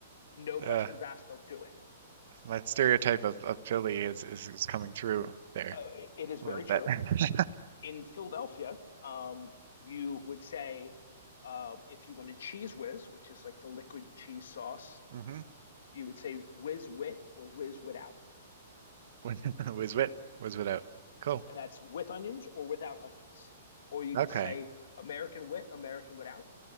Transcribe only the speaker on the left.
No questions
asked. They'll do it.
Uh, it, it is very
true.
In Philadelphia, um, you would say uh, if you want a cheese whiz, which is like the liquid cheese sauce
you would say whiz wit or whiz without,
and that's with onions or without onions. Or you could
say American wit, American without,